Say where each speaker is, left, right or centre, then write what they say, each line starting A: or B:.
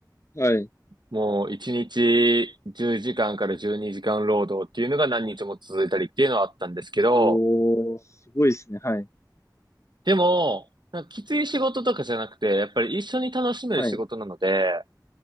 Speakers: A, on the left; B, on the right.
A: い。はい。
B: もう1日10時間かんから12時間労働っていうのが何日も続いたりっていうのはあったんですけど、
A: おー、すごいですね。はい。
B: でも、なんかきつい仕事とかじゃなくて、やっぱり一緒に楽しめる仕事なので、
A: はい。